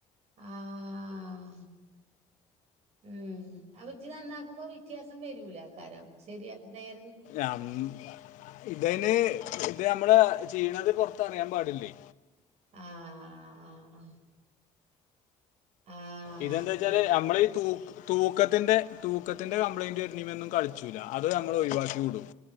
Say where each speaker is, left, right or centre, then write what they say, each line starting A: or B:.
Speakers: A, on the right (about 55°); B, on the left (about 75°).
A: ആഹ് ഉം അവജ നന്നാക്കുമ്പോ വ്യത്യാസം വരൂല ആ കാരം ശരിയ നേരം
B: അം ഇതന് ഇത് നമ്മള് ചെയ്യണത് പുറത്ത അറിയാൻ പാടില്ലേ
A: ആഹ് ആഹ് ആഹ് ആഹ്
B: ഇതെന്താ വെച്ചാല്
A: ശരി
B: നമ്മളീഈ തൂ തൂക്കത്തിന്റെ തൂക്കത്തിന്റെ കംപ്ലൈന്റ് വരണ ഒന്നും കളിച്ചൂല്ല അത് നമ്മൾ ഒയി വാക്കി വിടും